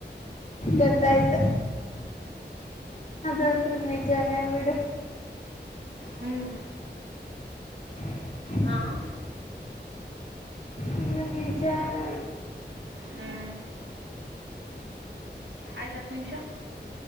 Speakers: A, on the left (about 45°); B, on the right (about 85°).
A: ಗೊತ್ತಾಯ್ತು ಅದಂತ್ರು ನಿಜಾನೇ ಬಿಡು
B: ಹ್ಮ್
A: <unintelligible>
B: ಹಾಂ
A: ಹ್ಮ್ ನಿಜಾನು
B: ಹ್ಞೂ ಆಯ್ತ ಹತ್ತ ನಿಮಿಷ